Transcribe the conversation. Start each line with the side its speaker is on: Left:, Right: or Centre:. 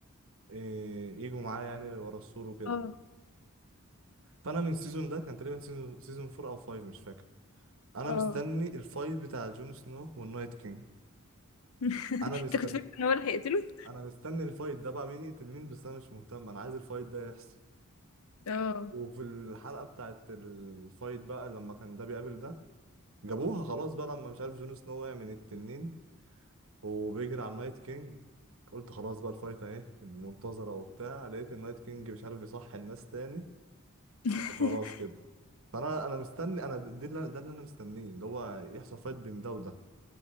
Right: إيه، يجوا معاه يعني ورا السور وكده
Left: اه
Right: فانا من السيزون ده كان تقريبا سيزون سيزون 4 او 5 مش فاكر انا
Left: اه
Right: مستني الفايت بتاع جون سنو والنايت كينج
Left: <laughs> انت
Right: انا مستني
Left: كنت فاكر ان هو اللي هيقتله
Right: انا مستني الفايت ده بقى مين يقتل مين بس انا مش مهتم انا عايز الفايت ده يحصل
Left: اه
Right: وفي الحلقة بتاعت الفايت بقى لما كان ده بيقابل ده جابوها خلاص بقى لما مش عارف جون سنو وقع من التنين وبيجري على النايت كينج قلت خلاص بقى الفايت اهي المنتظرة وبتاع لقيت النايت كينج مش عارف بيصحي الناس تاني
Left: <laughs>
Right: وخلاص كده فانا انا مستني انا دي اللي ده اللي انا مستنيه اللي هو يحصل فايت بين ده وده